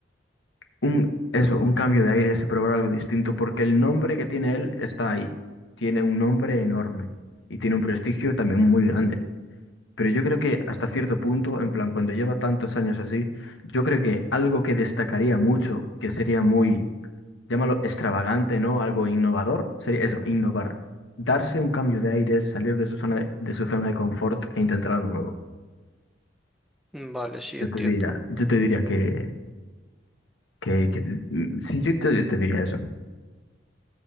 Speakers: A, on the left; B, in the centre.
A: un eso, un cambio de aires y probar algo distinto, porque el nombre que tiene él está ahí. Tiene un nombre enorme y tiene un prestigio también muy grande. Pero yo creo que hasta cierto punto, en plan, cuando lleva tantos años así, yo creo que algo que destacaría mucho, que sería muy, llámalo extravagante, ¿no? Algo innovador, sería eso, innovar. Darse un cambio de aire, salir de su zona de, de su zona de confort e intentar algo nuevo.
B: Vale, sí,
A: Yo
B: entiendo.
A: te diría, yo te diría que, que, que- mm, sí, yo te, yo te diría eso.